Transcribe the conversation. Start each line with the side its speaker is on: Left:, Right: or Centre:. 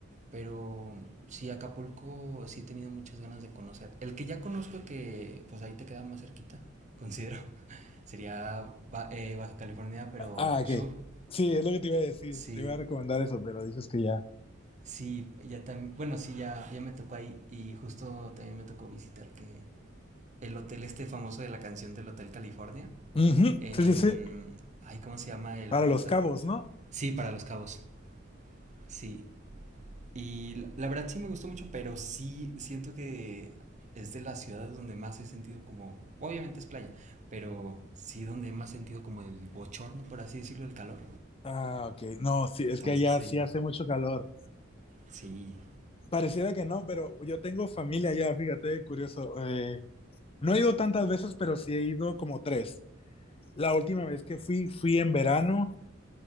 Right: Pero sí, Acapulco sí he tenido muchas ganas de conocer. El que ya conozco que pues ahí te queda más cerquita, considero. <laughs> Sería Ba- eh, Baja California, pero
Left: Ah, ok.
Right: sur.
Left: Sí, es lo que te iba a decir.
Right: Sí,
Left: Te iba a recomendar eso, pero dices que ya.
Right: sí, ya también, bueno, sí, ya, ya me tocó ahí y justo también me tocó visitar que el hotel este famoso de la canción del Hotel California.
Left: Ujú,
Right: en...
Left: Sí, sí, sí.
Right: Ay, ¿cómo se llama el
Left: Para
Right: pueblito?
Left: los cabos, ¿no?
Right: Sí, para Los Cabos, sí. Y la- la verdad sí me gustó mucho, pero sí siento que es de las ciudades donde más he sentido como... Obviamente es playa, pero sí donde más he sentido como el bochorno, por así decirlo, el calor.
Left: Ah, ok. No, sí, es
Right: Entonces
Left: que allá
Right: sí,
Left: sí hace mucho calor.
Right: sí,
Left: Pareciera que no, pero yo tengo familia allá, fíjate, curioso. Eh, no he ido tantas veces, pero sí he ido como tres. La última vez que fui, fui en verano